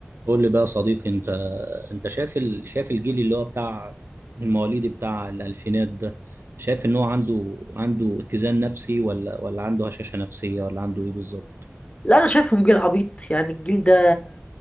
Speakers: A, on the right (about 65°); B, on the left (about 30°).
A: قول لي بقى يا صديقي انت انت شايف ال... شايف الجيل اللي هو بتاع المواليد بتاع الالفينات ده شايف ان هو عنده عنده اتزان نفسي ولا ولا عنده هشاشة نفسية ولا عنده ايه بالظبط
B: لا انا شايفهم جيل عبيط يعني الجيل ده